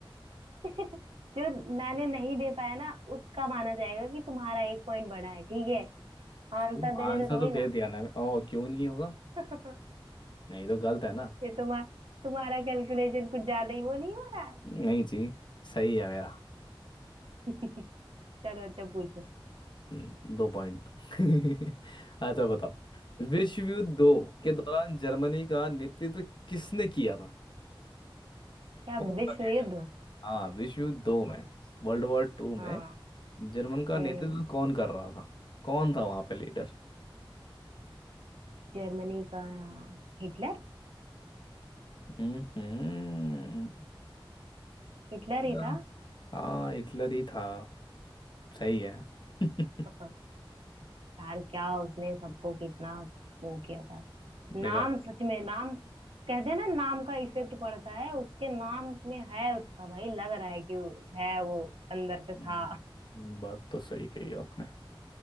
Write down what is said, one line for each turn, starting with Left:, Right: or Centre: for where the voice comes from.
Right: <laughs> जो मैंने नहीं दे पाया ना उसका माना जाएगा कि तुम्हारा एक पॉइंट बढ़ा है ठीक है
Left: क्यों
Right: आंसर देने
Left: आंसर
Right: तो थोड़ी
Left: तो
Right: ना
Left: दे दिया ना मैं ओ क्यों नहीं होगा
Right: <laughs>
Left: नहीं तो गलत है ना
Right: ये तुम्हारा तुम्हारा कैलकुलेशन कुछ ज्यादा ही वो नहीं हो रहा है
Left: नहीं जी सही है मेरा
Right: <laughs> चलो अच्छा पूछो
Left: हम्म, दो पॉइंट <laughs> अच्छा बताओ विश्व युद्ध दो के
Right: ठीक
Left: दौरान
Right: है
Left: जर्मनी का नेतृत्व किसने किया था
Right: क्या
Left: कौन सा
Right: विश्व
Left: leader?
Right: युद्ध
Left: हाँ विश्व युद्ध दो में वर्ल्ड वॉर टू में
Right: हाँ
Left: जर्मन का
Right: हम्म
Left: नेतृत्व कौन कर रहा था कौन था वहां पे लीडर
Right: जर्मनी का हाँ, हिटलर
Left: हम्म हम्म,
Right: हिटलर ही
Left: या-
Right: था
Left: हाँ हिटलर ही था सही है <laughs>
Right: <laughs> यार क्या उसने सबको कितना वो किया था नाम
Left: बेकार
Right: सच में नाम कहते हैं ना नाम का इफेक्ट पड़ता है उसके नाम में है उसका भाई लग रहा है कि है वो अंदर से था
Left: हम्म, बात तो सही कही आपने